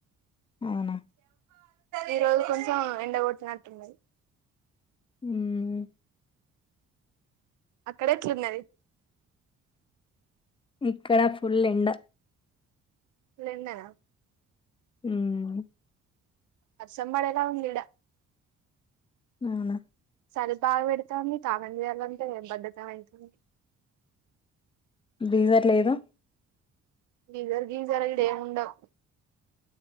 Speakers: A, on the left; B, on the right.
A: అవునా
B: ఈ రోజు కొంచెం ఎండగొట్టినట్టున్నది
A: మ్మ్
B: అక్కడ ఎట్లున్నది
A: ఇక్కడ ఫుల్ ఎండ
B: ఫుల్ ఎండనా
A: మ్మ్
B: వర్షం పడేలా ఉందీడా
A: అవునా
B: సలి బాగా పెడతాంది స్నానం చేయాలంటే బద్ధకమయితుంది.
A: గీజర్ లేదు.
B: గీజర్ గీజర్ ఈడేం ఉండవ్